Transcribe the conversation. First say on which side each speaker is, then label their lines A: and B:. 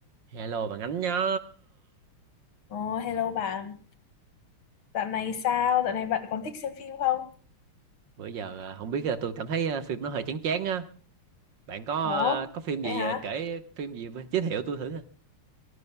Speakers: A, on the right; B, on the left.
A: Hello bạn Ánh nhá.
B: Ồ, hello bạn. Dạo này sao? Dạo này bạn còn thích xem phim không?
A: Bữa giờ à, không biết à, tôi cảm thấy à, phim nó hơi chán chán á. Bạn có
B: Ủa,
A: à, có phim gì
B: vậy hả?
A: à, kể phim gì với- giới thiệu tôi thử coi.